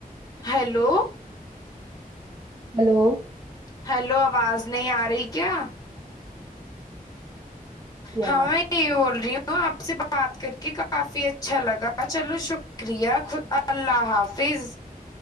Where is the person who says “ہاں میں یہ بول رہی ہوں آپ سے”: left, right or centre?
Left